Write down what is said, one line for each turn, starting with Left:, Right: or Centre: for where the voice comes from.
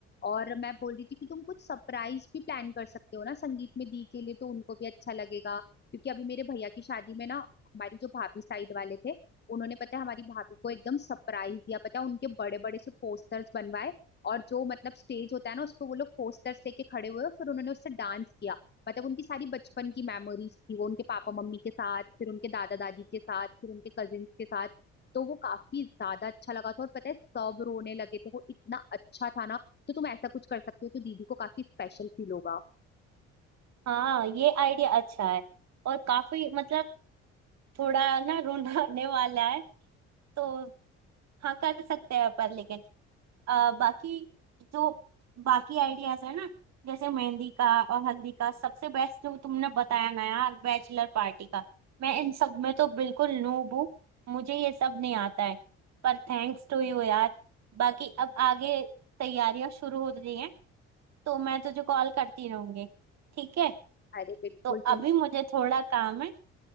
Left: और मैं बोल रही थी कि तुम कुछ सरप्राइज भी प्लान कर सकते हो ना संगीत में दी के लिए तो उनको भी अच्छा लगेगा क्योंकि अभी मेरे भैया की शादी में ना हमारी जो भाभी साइड वाले थे उन्होंने पता है हमारी भाभी को एकदम सरप्राइज दिया पता है उनके बड़े बड़े से पोस्टर्स बनवाए और जो मतलब स्टेज होता है ना उस पर वो लोग पोस्टर्स लेके खड़े हुए और फिर उन्होंने उससे डांस किया मतलब उनकी सारी बचपन की मेमोरीज थी वो उनके पापा मम्मी के साथ फिर उनके दादा दादी के साथ फिर उनके कजिन्स के साथ तो वो काफी ज्यादा अच्छा लगा था और पता है सब रोने लगे थे वो इतना अच्छा था ना तो तुम ऐसा कुछ कर सकते हो तो दीदी को काफी स्पेशल फील होगा
Right: हाँ ये आइडिया अच्छा है और काफी मतलब थोड़ा ना रुलाने वाला है तो हाँ कर सकते हैं पर लेकिन अ, बाकी जो बाकी आइडियाज है ना जैसे मेहंदी का और हल्दी का सबसे बेस्ट जो तुमने बताया ना यार बैचलर पार्टी का मैं इन सब में तो बिल्कुल नूब हूँ मुझे ये सब नहीं आता है पर थैंक्स टू यू यार बाकी अब आगे तैयारियां शुरू हो रही हैं तो मैं तुझे कॉल करती रहूंगी ठीक है
Left: अरे बिल्कुल
Right: तो
Left: तुम
Right: अभी मुझे थोड़ा काम है